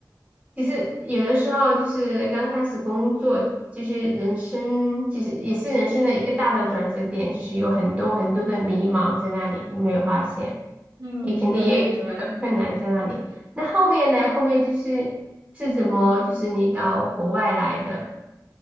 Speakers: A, on the right; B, on the right.
A: 其实有的时候就是刚开始工作，就是人生，就是也是人生的一个大的转折点，就是有很多很多的迷茫在那里，你有没有发现？
B: <laughs> 嗯，
A: 也肯定也有很多的困难在那里。
B: 对对对。
A: 那后面呢？后面就是是怎么，就是你到国外来的？